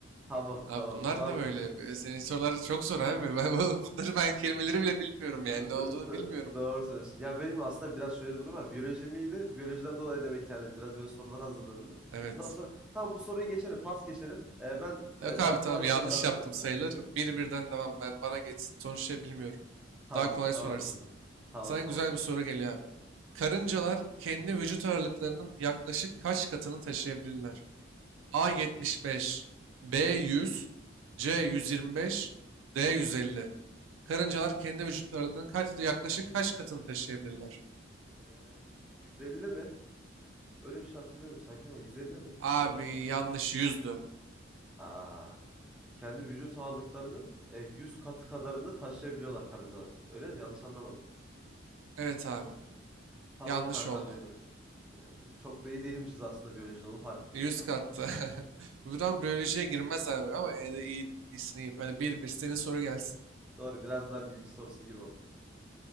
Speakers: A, in the centre; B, on the right (about 80°).
A: tamam
B: Abi
A: tamam
B: bunlar
A: o zaman
B: ne böyle?
A: d-
B: Be- Senin sorular çok zor abi. <laughs> Ben- bu- Bunları ben kelimeleri bile bilmiyorum yani.
A: d-
B: Ne olduğunu
A: d-
B: bilmiyorum.
A: doğru söylüyorsun. Ya benim aslında biraz şöyle bir durum var. Biyolojim iyiydi. Biyolojiden dolayı demek ki hani biraz böyle sorular hazırladım ben.
B: Evet.
A: Bundan sonra tamam bu soruyu geçelim pas geçelim. E, ben
B: Yok
A: e, daha
B: abi tamam
A: kolay
B: yanlış
A: sorular sorayım
B: yaptım
A: sana.
B: sayılır. Bir birden devam. Ben bana geçsin. Sonuçta bilmiyorum.
A: Tamam
B: Daha kolay
A: tamam
B: sorarsın.
A: tamam
B: Sana
A: tamam.
B: güzel bir soru geliyor abi. Karıncalar kendi vücut ağırlıklarının yaklaşık kaç katını taşıyabilirler? A75, B100, C125, D150. Karıncalar kendi vücut ağırlıklarının kaç, yaklaşık kaç katını taşıyabilirler?
A: Ee, 150 mi? Ee, öyle bir şey hatırlıyordum sanki ama 150 mi?
B: Abi
A: Cevap.
B: yanlış 100'dü.
A: Aa, kendi vücut ağırlıklarının e, 100 katı kadarını taşıyabiliyorlar karıncalar. Öyle mi? Yanlış anlamadım.
B: Evet abi
A: Tamam
B: yanlış
A: kankam
B: oldu.
A: Evet. benim. Çok da iyi değilmişiz aslında biyolojide onu fark ettim
B: 100
A: şu
B: kattı.
A: an.
B: <laughs> Buradan biyolojiye girmez abi ama E'de iyi, iyisini iyi. Hadi bir bir senin soru gelsin.
A: Doğru biraz daha bilgi sorusu gibi oldu.